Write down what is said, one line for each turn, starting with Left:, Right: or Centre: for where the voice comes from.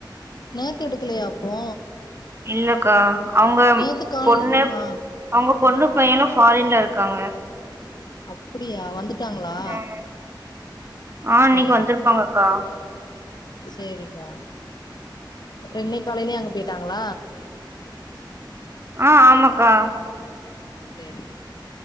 Left: நேத்து எடுக்கலையா அப்போ
Right: இல்லக்கா அவங்க ம்
Left: நேத்து கால
Right: பொண்ணு
Left: ஆ
Right: அவங்க பொண்ணு பைய்யனு ஃபாரின்ல இருக்காங்க
Left: அப்டியா வந்துட்டாங்ளா
Right: ம் ஆ
Left: சேரி
Right: இன்னைக்கு வந்திருப்பாங்கக்கா
Left: சேரிப்பா அப்றோ இன்னைக் காலைலயு அங்க போயிட்டாங்களா
Right: ஆ ஆமாக்கா
Left: சேரி